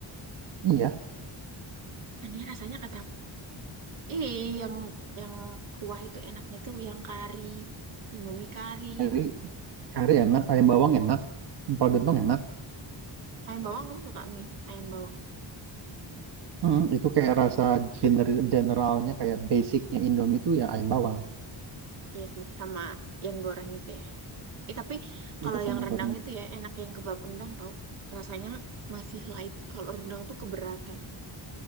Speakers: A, on the right; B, on the right.
A: Iya,
B: Aneh rasanya kataku Ih, yang yang kuah itu enaknya tuh yang kari, Indomie kari,
A: kari, kari enak, ayam bawang enak, empal gentong enak.
B: ayam bawang kamu suka mie ayam bawang?
A: Hmm, itu kayak rasa gener- generalnya, kayak basicnya Indomie itu ya ayam bawang.
B: Iya sih, sama yang goreng itu ya. Eh, tapi kalau
A: Iya, temen
B: yang rendang
A: goreng itu.
B: itu ya enak yang kebab rendang tau. Rasanya masih light. Kalau rendang tuh keberatan